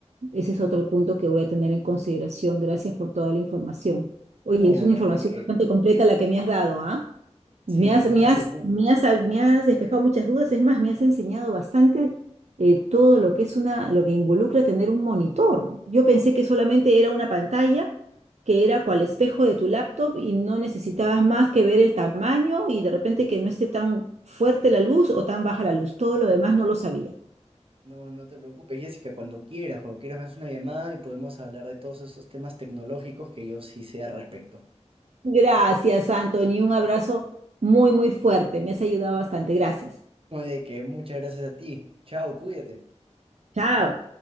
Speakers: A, on the right; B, on the right.
A: ese es otro punto que voy a tener en consideración. Gracias por toda la información. Oye,
B: No,
A: es una
B: no
A: información
B: hay de qué.
A: bastante completa la que me has dado, ¿ah? Me
B: Sí,
A: has,
B: no
A: me
B: te
A: has,
B: preocupes.
A: me has, me has despejado muchas dudas, es más, me has enseñado bastante eh, todo lo que es una, lo que involucra tener un monitor. Yo pensé que solamente era una pantalla, que era cual espejo de tu laptop y no necesitabas más que ver el tamaño y de repente que no esté tan fuerte la luz o tan baja la luz. Todo lo demás no lo sabía.
B: No, no te preocupes, Jessica, cuando quieras, cuando quieras me haces una llamada y podemos hablar de todos esos temas tecnológicos que yo sí sé al respecto.
A: Gracias, Anthony, un abrazo muy, muy fuerte. Me has ayudado bastante. Gracias.
B: No hay de qué, muchas gracias a ti. Chao, cuídate.
A: Chao.